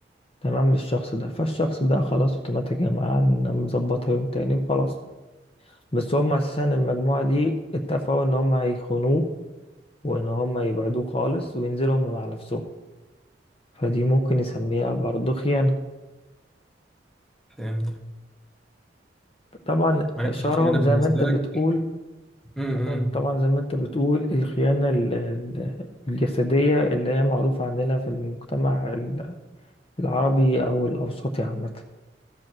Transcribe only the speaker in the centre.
فهمت
ملكش
الخيانة بالنسبة
لك
امم